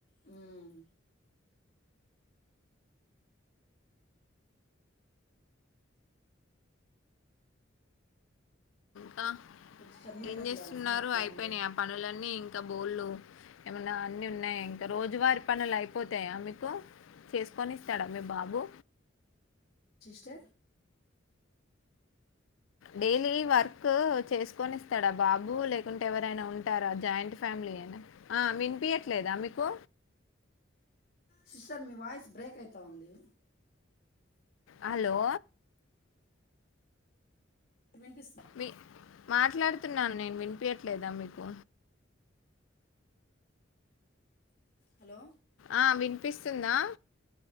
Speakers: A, on the left; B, on the left.
A: హ్మ్
B: ఇంగ
A: ఇంకేంటి సిస్టర్ మీరెక్కడికెళ్ళాలి
B: ఏం చేస్తున్నారు
A: సమ్మర్ ప్లానింగు?
B: అయిపోయినీయ పనులన్నీ ఇంకా బోల్లు ఏమన్నా ఉన్నాయా ఇంకా రోజువారి పనులు అయిపోతాయా మీకు చేస్ కొనిస్తాడా మీ బాబు
A: చే
B: డైలీ వర్క్ చేసుకొనిస్తాడ బాబు లేకుంటే ఎవరైనా ఉంటారా జాయింట్ ఫ్యామిలీయేన ఆ వినిపియట్లేదా మీకు
A: సిస్టర్ మీ వాయిస్ బ్రేక్ అయిత ఉంది
B: హలో
A: వినిపిస్తు
B: మీ మాట్లాడుతున్నాను నేను వినిపియట్లేదా మీకు
A: హలో
B: ఆ వినిపిస్తుందా